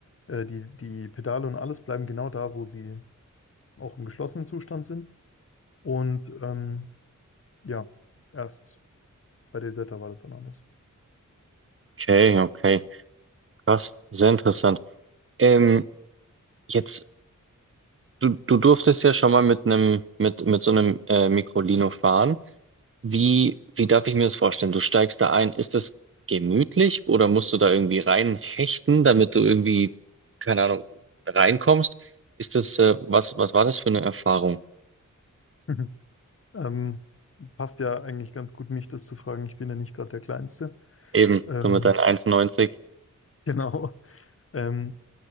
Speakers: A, on the left; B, on the right.
A: äh, die, die Pedale und alles bleiben genau da, wo sie auch im geschlossenen Zustand sind. Und ähm, ja, erst bei der Isetta war das dann anders.
B: Okay, okay. Krass, sehr interessant. Ähm, jetzt, du, du durftest ja schon mal mit einem, mit, mit so einem äh, Microlino fahren. Wie, wie darf ich mir das vorstellen? Du steigst da ein, ist das gemütlich oder musst du da irgendwie reinhechten, damit du irgendwie, keine Ahnung, reinkommst? Ist das, äh, was, was war das für eine Erfahrung?
A: <laughs> Ähm, passt ja eigentlich ganz gut, mich das zu fragen. Ich bin ja nicht gerade der Kleinste.
B: Eben,
A: Ähm,
B: du mit deinen 1,90.
A: <laughs> genau. Ähm,